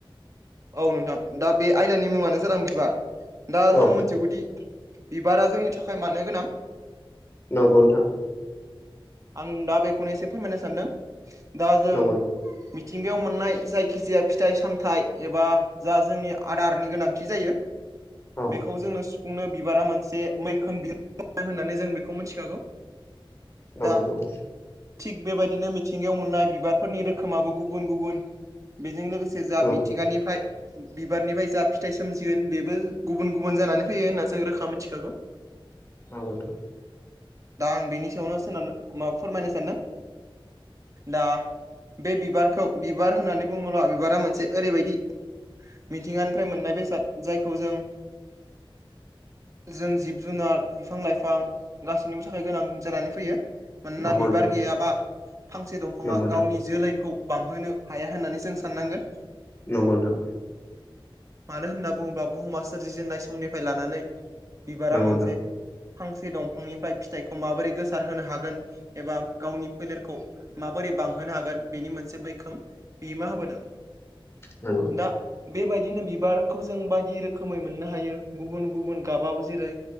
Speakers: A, on the right (about 35°); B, on the left (about 30°).
A: औ नोंथां दा बे आयदानि मुंङानो जादों बिबार दा
B: औ
A: जों मिथिगौदि बिबारा जोंनि थाखाय मानो गोनां
B: नंगौ नोंथां
A: आं दा बेखौनो एसे फोरमायनो सानदों दा जों
B: नंगौ
A: मिथिंगायाव मोननाय जायखिजाया फिथाइ सामथाइ एबा जा जोंनि आदारनि गोनांथि जायो
B: औ
A: बेखौ जोंनो सु बिबारआ मोनसे मैखोम होननानै जों बेखौ मिथिखागौ।
B: नंगौ
A: दा
B: नंगौ
A: थिग बेबायदिनो मिथिंगायाव मोननाय बिबारफोरनि रोखोमाबो गुबुन गुबुन बेजों लोगोसे जा
B: नंगौ
A: बि निफ्राय बिबारनिफ्राय जा फिथाइ सोमजिगोन बेबो गुबुन गुबुन जानानै फैयो होनना जों रोखा मोनथिखागौ
B: नोंगौ नोंथां।
A: दा आं बेनि सायावनो सोनानो माबा फोरमायनो सानदों। दा बे बिबारखौ बिबार होननानै बुङोब्ला बिबारा मोनसे ओरैबायदि मिथिंगानिफ्राय मोननाय बेसाद‌ जायखौ जों जों जिब जुनार बिफां लाइफां गासिबनिबो थाखाय गोनां जानानै फैयो मानोना
B: नंगौ नोंथां
A: बिबार गैयाबा फांसे दंफाङा
B: नंगौ
A: गावनि जोलैखौ बांहोनो हाया होननानै जों साननांगोन।
B: नंगौ नोंथां
A: मानो होनना बुङोब्ला बुहुमा सोरजिजेननाय समनिफ्राय लानानै बिबारा
B: नंगौ
A: मोनसे
B: नोंथां नंगौ नोंथां नंगौ नोंथां
A: फांसे दंफांनिफ्राय फिथायखौ माबोरै गोसार होनो हागोन एबा गावनि फोलेरखौ माबोरै बांहोनो हागोन बेनि मोनसे मैखोम बिहोमा होबोदों।
B: नंगौ
A: दा बेबायदिनो बिबारखौ जों बायदि रोखोमै मोननो हायो गुबुन गुबुन गाबाव जेरै